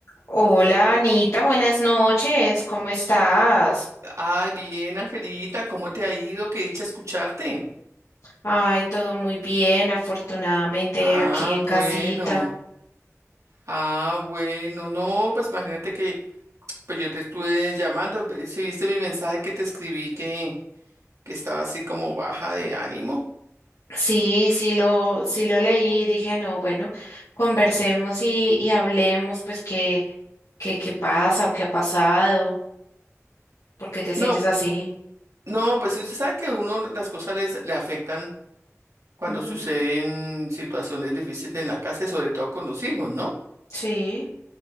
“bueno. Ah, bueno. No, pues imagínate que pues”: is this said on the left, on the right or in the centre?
Right